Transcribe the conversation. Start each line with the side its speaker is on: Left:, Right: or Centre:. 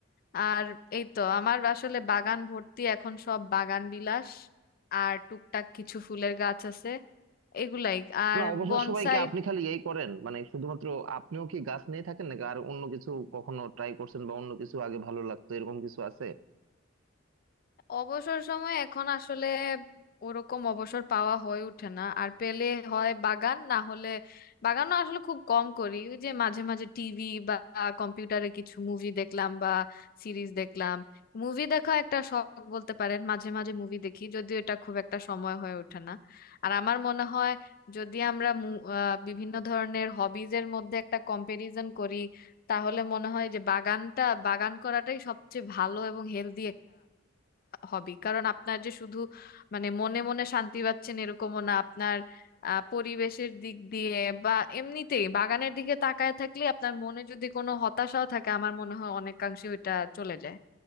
Left: আর এই তো আমার আসলে বাগান ভর্তি এখন সব বাগান বিলাস আর টুকটাক কিছু ফুলের গাছ আছে এগুলাই আর
Right: না অবসর
Left: বনসাই
Right: সময় কি আপনি খালি এই করেন মানে শুধুমাত্র আপনিও কি গাছ নিয়ে থাকেন নাকি আর অন্য কিছু কখনো ট্রাই করছেন বা অন্য কিছু আগে ভালো লাগতো এরকম কিছু আছে
Left: অবসর সময় এখন আসলে ওরকম অবসর পাওয়া হয়ে ওঠে না আর পেলে হয় বাগান না হলে বাগানও আসলে খুব কম করি ওই যে মাঝে মাঝে টিভি বা কম্পিউটারে কিছু মুভি দেখলাম বা সিরিজ দেখলাম মুভি দেখা একটা শখ বলতে পারেন মাঝে মাঝে মুভি দেখি যদিও এটা খুব একটা সময় হয়ে ওঠে না আর আমার মনে হয় যদি আমরা মু- আহ, বিভিন্ন ধরনের হবিজের মধ্যে একটা কম্পারিজন করি তাহলে মনে হয় যে বাগানটা বাগান করাটাই সবচেয়ে ভালো এবং হেলদি হবি কারণ আপনার যে শুধু মানে মনে মনে শান্তি পাচ্ছেন এরকমও না আপনার আহ, পরিবেশের দিক দিয়ে বা এমনিতেই বাগানের দিকে তাকায় থাকলে আপনার মনে যদি কোনো হতাশাও থাকে আমার মনে হয় অনেকাংশে ওটা চলে যায়